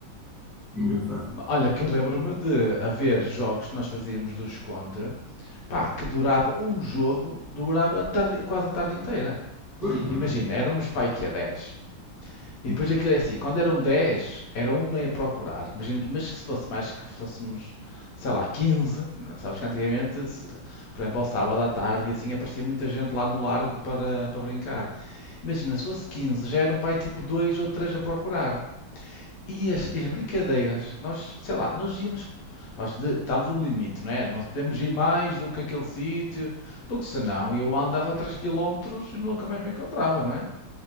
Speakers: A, in the centre; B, on the left.
A: Engraçado.
B: Olha, que eu lembro-me de haver jogos que nós fazíamos do esconde, pá, que durava um jogo, durava a tarde- quase a tarde inteira.
A: Pois, Laura.
B: Imagina, éramos pai que é dez E
A: Sim,
B: depois aquilo é assim, quando eram 10 era um a procurar. Imagina, mas que se fosse mais que fôssemos, sei lá, quinze né? sabes que antigamente, se- por exemplo, ao sábado à tarde e assim aparecia muita gente lá no largo para, para brincar. Imagina, se fosse 15, já eram para aí tipo 2 ou 3 a procurar. E as,
A: certo.
B: as brincadeiras, nós, sei lá, nós íamos, nós de- estávamos um limite, não é? Não podemos ir mais do que aquele sítio, porque senão eu andava 3 quilómetros e nunca mais me encontrava, não é?